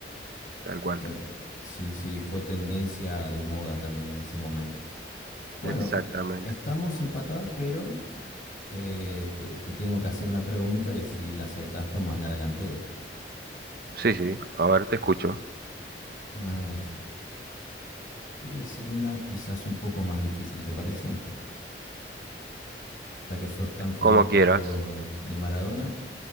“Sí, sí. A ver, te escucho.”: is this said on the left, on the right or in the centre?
Right